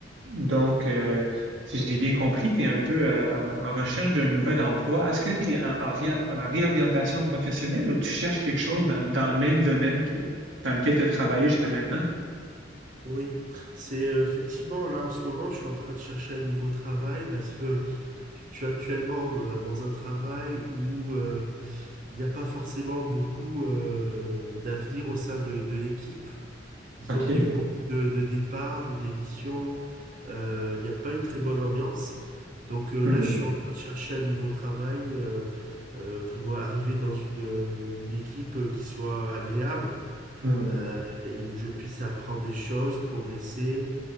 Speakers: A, on the right; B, on the right.
A: Donc, euh, si j'ai bien compris, tu es un peu euh, en, en recherche d'un nouvel emploi. Est-ce que tu es en, en réa- en réorientation professionnelle ou tu cherches quelque chose dans, dans le même domaine que, dans lequel tu as travaillé jusqu'à maintenant?
B: Oui, c'est euh, effectivement là en ce moment, je suis en train de chercher un nouveau travail parce que je suis actuellement euh, dans un travail où euh, il n'y a pas forcément beaucoup euh, d'avenir au sein de, de l'équipe. Disons
A: OK.
B: qu'il y a eu beaucoup de, de départs, de démissions, euh, il n'y a pas une très bonne ambiance. Donc euh,
A: Hmm.
B: là, je suis en train de chercher un nouveau travail euh, euh, pour arriver dans une, euh, une équipe euh, qui soit agréable
A: Hmm.
B: euh, et où je puisse apprendre des choses, progresser